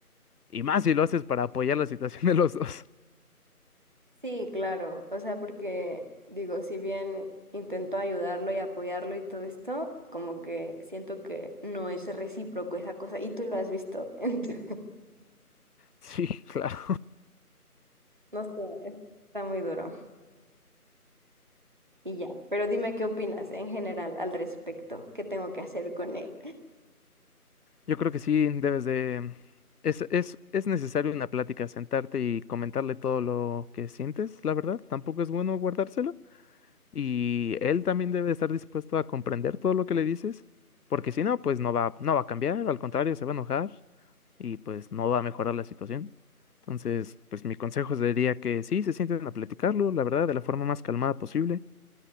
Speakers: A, on the left; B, on the right.
A: Y más si lo haces para apoyar la situación de los dos. <laughs>
B: Sí, claro. O sea, porque digo, si bien intento ayudarlo y apoyarlo y todo esto, como que siento que no es recíproco esa cosa. Y tú lo has visto. <laughs> Entonces,
A: Sí, claro.
B: no sé, está muy duro. Y ya. Pero dime qué opinas en general al respecto. ¿Qué tengo que hacer con él?
A: Yo creo que sí, debes de... Es, es, es necesario una plática, sentarte y comentarle todo lo que sientes, la verdad. Tampoco es bueno guardárselo. Y él también debe estar dispuesto a comprender todo lo que le dices, porque si no, pues no va, no va a cambiar, al contrario, se va a enojar y pues no va a mejorar la situación. Entonces, pues mi consejo sería que sí, se sienten a platicarlo, la verdad, de la forma más calmada posible